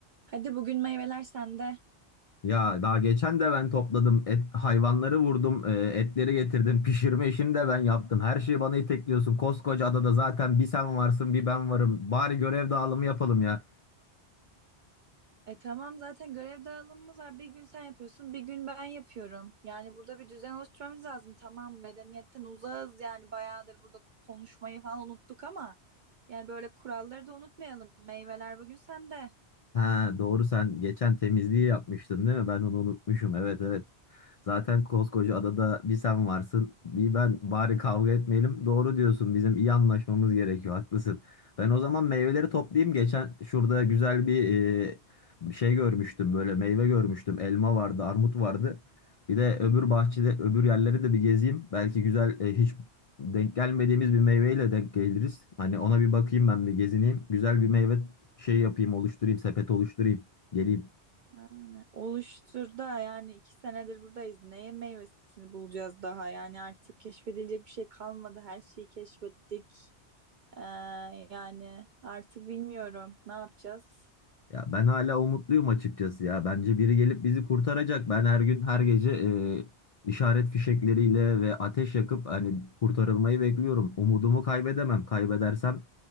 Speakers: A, on the right; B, on the left.
A: Hadi bugün meyveler sende.
B: Ya daha geçen de ben topladım. Et, hayvanları vurdum. e, etleri getirdim. Pişirme işini de ben yaptım. Her şeyi bana itekliyorsun. Koskoca adada zaten bir sen varsın bir ben varım. Bari görev dağılımı yapalım ya.
A: E tamam zaten görev dağılımımız var. Bir gün sen yapıyorsun, bir gün ben yapıyorum. Yani burada bir düzen oluşturmamız lazım. Tamam medeniyetten uzağız yani bayağıdır burada konuşmayı falan unuttuk ama yani böyle kuralları da unutmayalım. Meyveler bugün sende.
B: Ha doğru sen geçen temizliği yapmıştın değil mi? Ben onu unutmuşum. Evet evet. Zaten koskoca adada bir sen varsın, bir ben. Bari kavga etmeyelim. Doğru diyorsun. Bizim iyi anlaşmamız gerekiyor. Haklısın. Ben o zaman meyveleri toplayayım. Geçen şurada güzel bir e, şey görmüştüm. Böyle meyve görmüştüm. Elma vardı, armut vardı. Bir de öbür bahçede, öbür yerleri de bir gezeyim. Belki güzel e, hiç denk gelmediğimiz bir meyveyle denk geliriz. Hani ona bir bakayım ben bir gezineyim. Güzel bir meyve şey yapayım oluşturayım sepet oluşturayım geleyim.
A: Yani oluştur da yani iki senedir buradayız. Neye meyvesini bulacağız daha? Yani artık keşfedilecek bir şey kalmadı. Her şeyi keşfettik. Ee, yani artık bilmiyorum ne yapacağız.
B: Ya ben hala umutluyum açıkçası ya. Bence biri gelip bizi kurtaracak. Ben her gün her gece e, işaret fişekleriyle ve ateş yakıp hani kurtarılmayı bekliyorum. Umudumu kaybedemem. Kaybedersem